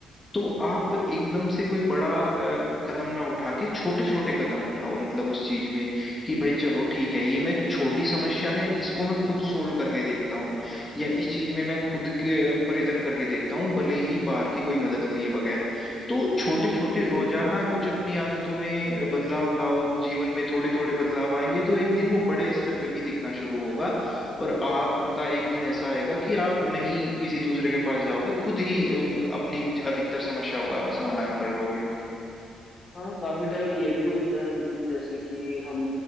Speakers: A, on the left; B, on the left.
A: तो आप एकदम से कोई बड़ा अ, कदम ना उठा के छोटे-छोटे कदम उठाओ मतलब उस चीज में कि भाई चलो ठीक है ये मैं छोटी समस्या है इसको मैं खुद सोल्व करके देखता हूँ या इस चीज में मैं खुद के प्रयत्न करके देखता हूँ भले ही बाहर की कोई मदद लिए बगैर तो छोटे-छोटे
B: बिल्कुल सही
A: रोजाना
B: बात है
A: कुछ अपनी आदतों में बदलाव लाओ जीवन में थोड़े-थोड़े बदलाव आएंगे तो एक दिन वो बड़े स्तर पे भी दिखना शुरू होगा और आपका एक दिन ऐसा आएगा कि आप नहीं किसी दूसरे के पास जाओगे, खुद ही अम, अपनी अधिकतर समस्याओं का समाधान कर लोगे।
B: हाँ काफी टाइम ये भी होता है मतलब जैसे कि हम